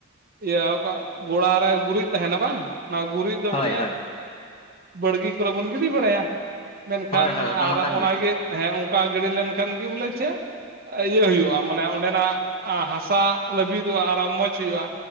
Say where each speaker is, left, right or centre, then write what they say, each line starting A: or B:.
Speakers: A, on the right; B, on the left.
A: ᱤᱭᱟᱹ ᱚᱠᱟ ᱜᱚᱲᱟ ᱨᱮ ᱜᱩᱨᱤᱡ ᱛᱟᱸᱦᱮᱱᱟ ᱵᱟᱝ ᱚᱱᱟ ᱜᱩᱨᱤᱡ ᱫᱚ
B: ᱦᱳᱭ
A: ᱵᱚᱞᱮ
B: ᱦᱳᱭ
A: ᱵᱟᱹᱲᱜᱤ ᱠᱚᱨᱮ ᱵᱚᱱ ᱜᱤᱰᱤ ᱵᱟᱲᱟᱭᱟ ᱢᱮᱱᱠᱷᱟᱱ
B: ᱦᱳᱭ ᱦᱳᱭ ᱚᱱᱟ
A: ᱟᱨ
B: ᱢᱟ ᱠᱟᱱ ᱜᱮ
A: ᱚᱱᱟᱜᱮ ᱦᱮᱸ ᱚᱱᱠᱟ ᱜᱤᱰᱤ ᱞᱮᱱᱠᱷᱟᱱ ᱜᱮ ᱪᱮ ᱤᱭᱟᱹ ᱦᱩᱭᱩᱜᱼᱟ ᱢᱟᱱᱮ ᱚᱸᱰᱮᱱᱟᱜ ᱦᱟᱥᱟ ᱞᱟᱹᱵᱤᱫᱚᱜᱼᱟ ᱟᱨᱚ ᱢᱚᱸᱡᱽ ᱦᱩᱭᱩᱜᱼᱟ